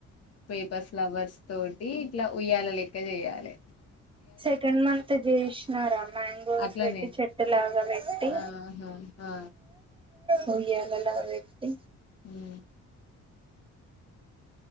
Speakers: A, on the left; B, on the right.
A: పేపర్ ఫ్లవర్స్ తోటి ఇట్లా ఉయ్యాల లెక్క చేయాలె
B: సెకండ్ మంత్ జేసినారా మ్యాంగోస్
A: అట్లనే
B: పెట్టి చెట్టులాగా పెట్టి
A: ఆహా ఆ
B: హగి అలలా వెట్టి
A: అవు